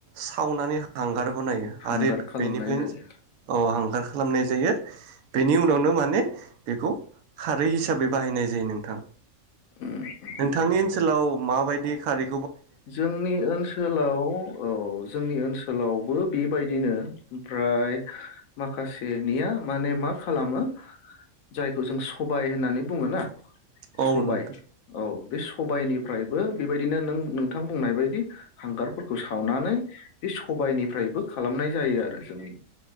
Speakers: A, on the right; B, on the left.
A: सावनानै हांगार बनायो
B: हांगार
A: आरो
B: खालामनाय
A: बेनिफ्राय
B: जायो
A: अ हांग गार खालामनाय जायो बेनि उनावनो माने बेखौ खारै हिसाबै बाहायनाय जायो नोंथां।
B: ओम
A: नोंथांनि ओनसोलाव माबायदि खारै
B: जोंनि ओनसोलाव औ जोंनि ओनसोलाव बो बेबायदिनो ओमफ्राय माखासेनिया माने मा खालामो जायखौ जों सबाय होननानै बुंङो ना
A: औ
B: सबाय
A: नोंथां
B: औ बे सबायाइनिफ्रायबो बेबायदिनो नों नों थां बुंनाय बदि हांगारफोरखौ सावनानै बे सबायाइनिफ्रायबो खालामनाय जायो आरो जोंनि